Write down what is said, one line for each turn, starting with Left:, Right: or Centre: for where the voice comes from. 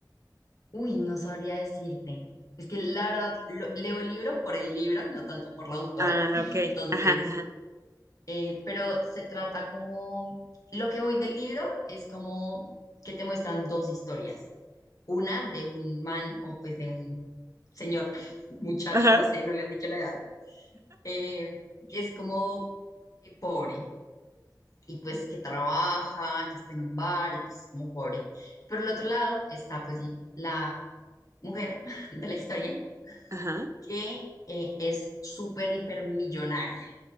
Left: Uy, no sabría decirte. Es que la verdad, lo- leo el libro por el libro, no tanto por la autora.
Right: Ah,
Left: <laughs>
Right: ok.
Left: Entonces,
Right: Ajá, ajá.
Left: eh, pero se trata como, lo que voy del libro es como que te muestran dos historias. Una de un man o pues de un señor, <laughs> muchacho,
Right: Ajá.
Left: no sé, no le han dicho la edad, eh, que es como eh, pobre y pues que trabaja, que está en un bar y que es como pobre. Pero el otro lado está pues la mujer <laughs> de la historia
Right: Ajá.
Left: que eh, es súper hipermillonaria.